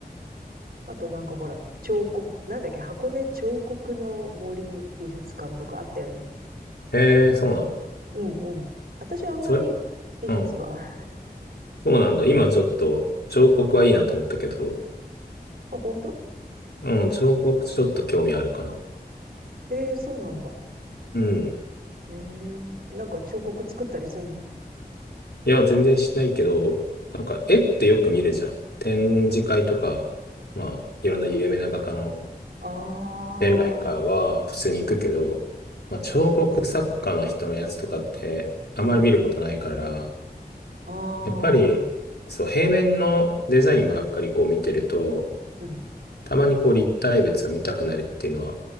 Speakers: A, on the right (about 65°); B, on the left (about 80°).
A: あとなんかほら、彫刻、なんだっけ、箱根彫刻の森美術館とかあったよね。
B: えー、そうなん。
A: うんうん。私はあんまり美術は
B: それ、うん。そうなんだ。今ちょっと、彫刻はいいなと思ったけど、
A: <laughs> あ、本当
B: うん、彫刻ちょっと興味あるかな。
A: ええー、そうなんだ。
B: うん。
A: ええなんか彫刻作ったりすんの
B: いや、全然しないけど、なんか絵ってよく見るじゃん。展示会とか、まあ、いろんな有名な画家の
A: ああ
B: 展覧会は普通に行くけど、
A: ー、うん。
B: まあ、彫刻作家の人のやつとかってあまり見ることないから、
A: うん。ああ、
B: やっぱり、そう、平面のデザインばっかりこう見てると、
A: うん。
B: たまにこう立体物を見たくなるっていうのは